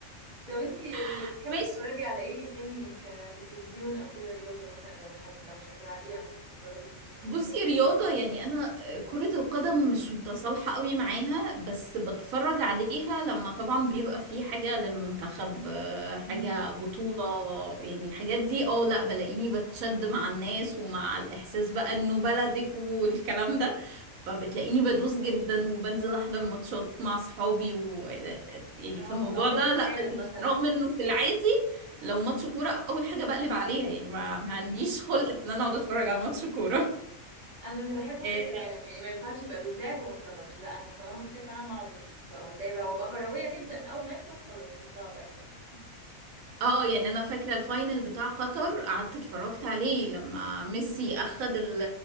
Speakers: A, on the right; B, on the right.
A: طب انتي اللي
B: <laughs>
A: بتحبي
B: ماشي
A: تتفرجي على ايه تاني ك... في التلفزيون او كده رياضه مثلا لو مش هت... لو مش هتلعبيها تتفرجي في التلفزيون على
B: بصي رياضة يعني أنا آه، كرة القدم مش متصالحة قوي معاها بس بتفرج عليها لما طبعا بيبقى في حاجة للمنتخب آه، حاجة
A: ايه
B: بطولة يعني الحاجات دي اه لا بلاقيني بتشد مع الناس ومع الإحساس بقى إنه بلدك والكلام ده فبتلاقيني بدوس جدا وبنزل أحضر ماتشات مع صحابي و آه، يعني
A: اه
B: في الموضوع
A: او كاس
B: ده
A: العالم
B: لا بدوس
A: مثلا
B: رغم
A: يعني
B: إنه في العادي
A: اه
B: لو ماتش كورة أول حاجة بقلب عليها يعني ما, ما
A: أيوة.
B: عنديش خلق إن أنا أقعد أتفرج على ماتش كورة
A: انا اللي بحبه
B: اه
A: كاس العالم يعني ما ينفعش يبقى بيتلعب وما اتفرجش لا انا طالما في كاس العالم اقعد اشوف بقى واتابع بقى وابقى كرويه جدا اول ما يخلص خلاص ماليش دعوه باي حاجه
B: آه، يعني انا فاكره الفاينل بتاع قطر قعدت اتفرجت عليه لما
A: مم.
B: ميسي اخد ال-